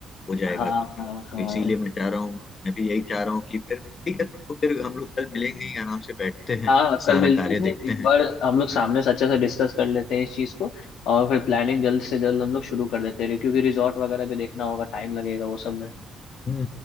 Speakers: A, on the left; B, on the left.
A: हो जाएगा
B: हाँ
A: तुम्हारा
B: हाँ
A: तो
B: हाँ
A: इसीलिए मैं चाह रहा हूँ मैं भी यही चाह रहा हूँ कि फिर ठीक है तो फिर हम लोग कल मिलेंगे ही आराम से बैठते हैं
B: हाँ हाँ, कल
A: सारा
B: मिलते
A: कार्य देखते
B: हैं एक
A: हैं
B: बार हम लोग सामने से अच्छे से डिस्कस कर लेते हैं इस चीज़ को और फिर प्लानिंग जल्द से जल्द हम लोग शुरू कर देते हैं क्योंकि रिजॉर्ट वगैरह भी देखना होगा टाइम लगेगा वो सब में
A: हम्म